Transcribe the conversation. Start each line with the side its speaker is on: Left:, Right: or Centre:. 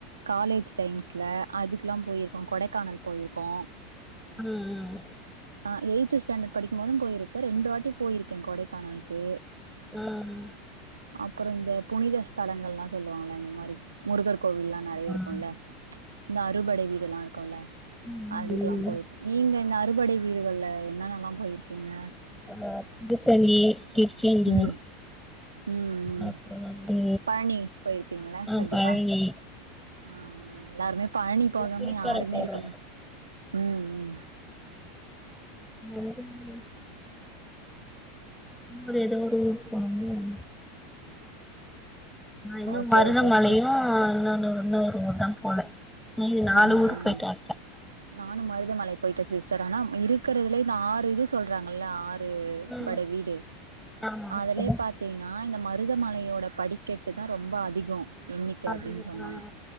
Right: காலேஜ் டைம்ஸ்ல அதுக்லா போய்ருக்கோ கொடைக்கானல் போய்ருக்கோ
Centre: ம் ம்
Right: ஆ எய்ட்த்து ஸ்டாண்டர்ட் படிக்கு மோதும் போய்ருக்க ரெண்டு வாட்டி போய்ருக்கே கொடைக்கானல்க்கு
Centre: ம்
Right: அப்பறோ இந்த புனித ஸ்தலங்கள்லா சொல்லுவாங்கல்ல இந்த மாரி முருகர் கோவில்லா நெறய
Centre: ம்
Right: இருக்கும்ல இந்த அறுபடை வீடு எல்லா இருக்கோல்ல
Centre: ம்
Right: அதுக்லா
Centre: ம்
Right: போய்ர்க் நீங்க இந்த அறுபடை வீடுகள்ல என்னன்னல்லா போய்ர்க்கிங்க
Centre: ஆ திருத்தணி திருச்செந்தூர்
Right: ம் ம் ம்
Centre: அப்றோ வந்து
Right: பழனி போய்ருப்பிங்கல்ல
Centre: ஆ
Right: கண்டிப்பா
Centre: பழனி
Right: ஆ ஆ எல்லாருமே பழனி போகாம
Centre: திருப்பரங்குன்றோ
Right: யாருமே இருக்க மா ம் ம்
Centre: <unintelligible> ஊரு எதோ ஒரு ஊருக்கு <unintelligible> நா இன்னு
Right: ஓகே
Centre: மருதமலையு
Right: ஓகே சிஸ்டர்
Centre: ஆஹ் இன்னொன்னு இன்னொரு ஊரு தா போல மீதி நாலு
Right: ஆ
Centre: ஊருக்கு
Right: ஆ
Centre: போய்ட்டு வந்த்ட்டே
Right: நானு மருதமலை போயிட்ட சிஸ்டர் ஆனா இருக்கிறதுலயே இந்த ஆறு இது சொல்றாங்கல்ல ஆறு று
Centre: ம்
Right: படை வீடு
Centre: ஆமா
Right: அதுலயே
Centre: சொல்லு
Right: பாத்தீங்கன்னா அ இந்த மருதமலையோட படிக்கட்டு தா ரொம்ப அதிகொ எண்ணிக்க
Centre: அது
Right: அப்பிடின்னு சொன்னாங்க
Centre: ஆ